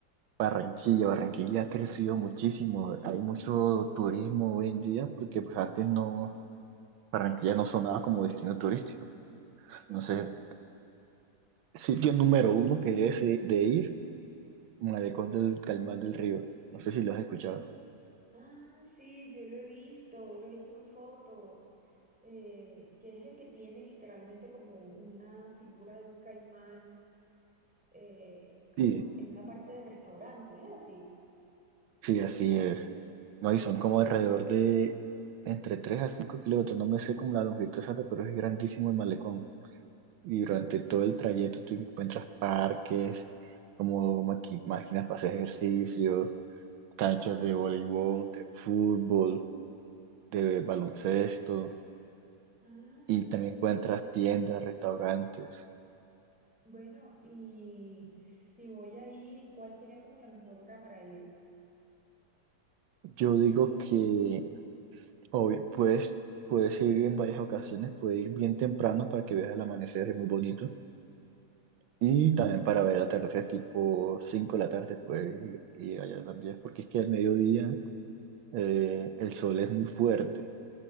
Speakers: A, on the right; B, in the centre.
A: Barranquilla, Barranquilla ha crecido muchísimo. Hay mucho turismo hoy en día porque pues antes no, Barranquilla no sonaba como destino turístico.
B: Sí,
A: No
B: claro.
A: sé, sitio número uno que debes i- de ir, Malecón del Calimán del Río. No sé si lo has escuchado.
B: Ah, sí, yo lo he visto, lo he visto en fotos, eh, que es el que tiene literalmente como una figura de un caimán, eh, como
A: Sí,
B: en una parte de restaurante, ¿es así?
A: sí, así es. No, y son como alrededor de entre 3 a 5 kilómetros. No me sé como la longitud exacta, pero es grandísimo el malecón. Y durante todo el trayecto tú encuentras parques, como maqui- máquinas para hacer ejercicio, canchas de voleibol, de fútbol, de baloncesto.
B: Ah,
A: Y también
B: ok.
A: encuentras tiendas, restaurantes.
B: Bueno, y si voy ahí, ¿cuál sería como la mejor hora para ir?
A: Yo digo que Obvio, puedes, puedes ir en varias ocasiones, puedes ir bien temprano para que veas el amanecer, es muy bonito. Y también para ver el atardecer, tipo 5 de la tarde, puedes ir, ir allá también, porque es que al mediodía eh, el sol es muy fuerte.